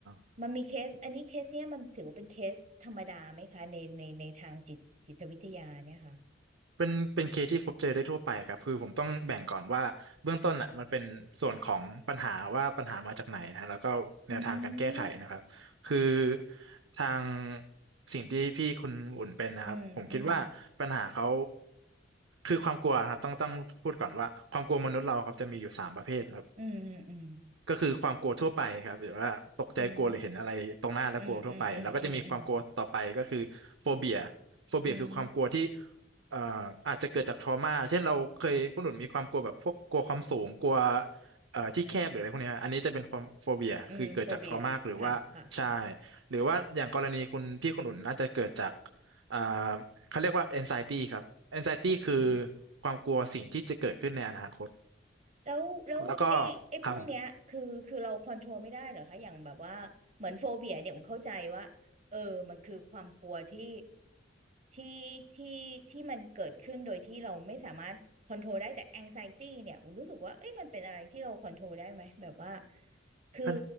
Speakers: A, on the right; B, on the right.
A: า
B: มันมีเคส อันนี้เคสเนี้ยมันถือว่าเป็นเคสธรรมดาไหมคะในในในทางจิตจิตวิทยาเนี่ยค่ะ
A: เป็นเป็นเคสที่พบเจอได้ทั่วไปครับคือผมต้องแบ่งก่อนว่าเบื้องต้นอ่ะมันเป็นส่วนของปัญหาว่าปัญหามาจากไหนนะแล้วก็แนวทางการแก้ไขนะครับคือ
B: อืม
A: ทางสิ่งที่พี่คุณอุ่นเป็นนะครับผมคิดว่าปัญหาเขา
B: อืม อืม
A: คือความกลัวนะครับต้องต้องพูดก่อนว่าความกลัวมนุษย์เราครับจะมีอยู่สามประเภท
B: อืม อืม
A: ก็คือความกลัวทั่วไปครับหรือว่าตกใจกลัวหรือเห็นอะไรตรงหน้าแล้วกลัวทั่วไปแล้วก็จะมีความกลัวต่อไปก็คือโฟเบีย
B: อืมอืมอืมอืมอืมอืม
A: โฟเบียคือความกลัวที่
B: อืม
A: เอ่ออาจจะเกิดจากทรมาเช่นเราเคยคุณหนุนมีความกลัวแบบพวกกลัวความสูงกลัวเอ่อที่แคบหรืออะไรพวกเนี้ยอันนี้จะเป็นความโฟเบียคือเกิดจากทรมาหรือว่าใช่
B: อืมโฟเบียค่ะค่ะ
A: หรือว่าอย่างกรณีคุณพี่คุณหนุนน่าจะเกิดจากเอ่อเขาเรียกว่า anxiety ครับ anxiety
B: อืม
A: คือความกลัวสิ่งที่จะเกิดขึ้นในอนาคต
B: แล้วแล้วไอ้ไอ้พวกเนี้ยคือคือเราคอนโทรลไม่ได้เหรอคะอย่างแบบว่าเหมือนโฟเบียเนี่ยผมเข้าใจว่าเออมันคือความกลัวที่
A: แล้วก็ครับผม
B: ที่ที่ที่มันเกิดขึ้นโดยที่เราไม่สามารถคอนโทรลได้แต่แองไซตี้เนี่ยผมรู้สึกว่าเอ้ยมันเป็นอะไรที่เราคอนโทรลได้ไหมแบบว่าคือ
A: เป็น